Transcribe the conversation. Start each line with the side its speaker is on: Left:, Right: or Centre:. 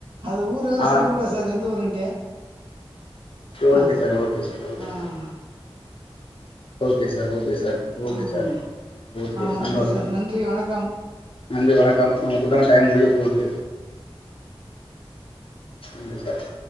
Right: அது ஊர்ல எல்லாம்
Left: ஆ
Right: சொல்ல கூடா சார் எந்த ஊருன்டு
Left: okay
Right: ஆஹ்
Left: சார் okay சார் ஓகே
Right: அஹ்ஹ்
Left: sir okay sir okay sir okay
Right: ம்
Left: sir okay
Right: ஆ
Left: சந்தோஷம்
Right: சார் நன்றி வணக்கம்
Left: நன்றி வணக்கம் ந உண்டான டைம் முடிய போகுது இந்த சார்